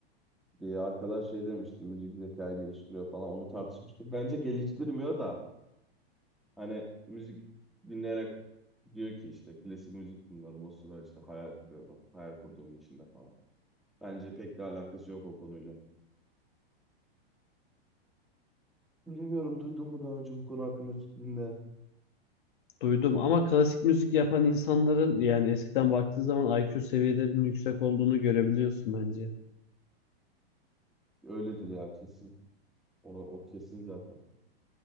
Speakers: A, in the centre; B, on the left.
A: bir arkadaş şey demişti müzik zekayı geliştiriyor falan onu tartışmıştık. Bence geliştirmiyor da Hani müzik dinleyerek diyor ki işte klasik müzik dinliyorum. O sıra işte hayal kuruyorum. Hayal kurduğum içinde falan. Bence pek de alakası yok o konuyla. Bilmiyorum duydun mu daha önce bu konu hakkında fikrinde.
B: Duydum ama klasik müzik yapan insanların yani eskiden baktığı zaman IQ seviyelerinin yüksek olduğunu görebiliyorsun bence.
A: Öyledir ya kesin. Onu, o kesin zaten.